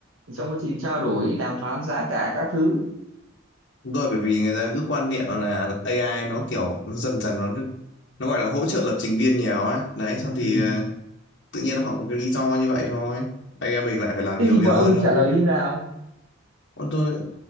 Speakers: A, on the right; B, on the left.
A: trong quá trình trao đổi đàm phán giá cả các thứ
B: đúng rồi bởi vì người ta cứ quan niệm là AI nó kiểu nó dần dần nó nó gọi là hỗ trợ lập trình viên nhiều á đấy xong thì
A: ừ.
B: ờ, tự nhiên họ có cái lý do như vậy thôi anh em mình lại phải làm
A: thế
B: nhiều
A: thì
B: việc
A: bọn
B: hơn
A: ông
B: nữa
A: trả lời như thế nào
B: Còn tôi